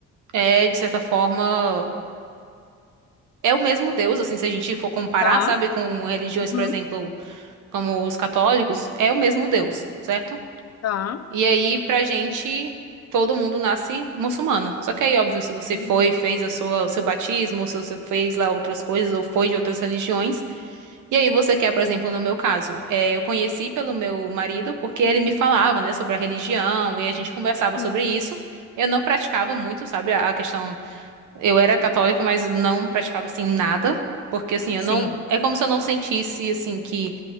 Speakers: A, on the right; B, on the left.
A: é, de certa forma, é o mesmo Deus, assim, se a gente for comparar,
B: Tá.
A: sabe, com religiões,
B: Uhum.
A: por exemplo, como os católicos, é o mesmo Deus, certo?
B: Tá.
A: E aí, pra gente, todo mundo nasce muçulmano. Só que aí, óbvio, se você
B: Uhum.
A: foi, fez a sua, o seu batismo, ou se você fez lá outras coisas, ou foi de outras religiões, e aí você quer, por exemplo, no meu caso, eh, eu conheci pelo meu marido, porque ele me falava, né, sobre a religião, e a gente conversava
B: Sim,
A: sobre isso. Eu não praticava muito, sabe, a a questão eu era católica, mas não praticava assim nada, porque assim,
B: sim,
A: eu não, é como se eu não sentisse assim que,